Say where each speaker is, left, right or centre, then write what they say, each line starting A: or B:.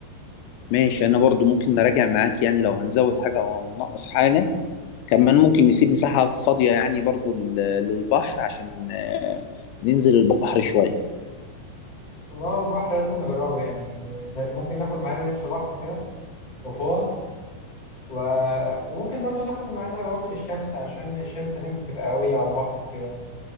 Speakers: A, on the left; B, on the left.
A: ماشي أنا برضو ممكن نراجع معاك يعني لو هنزود حاجة أو هننقص حاجة كمان ممكن نسيب مساحة فاضية يعني برضو لل- للبحر عشان آه، ننزل البحر شوية
B: والله البحر لازم نجربه يعني ممكن ناخد معانا لبس بحر كده وفوط و... وممكن برضو ناخد معانا واكل الشمس عشان الشمس هناك بتبقى قوية على البحر وكده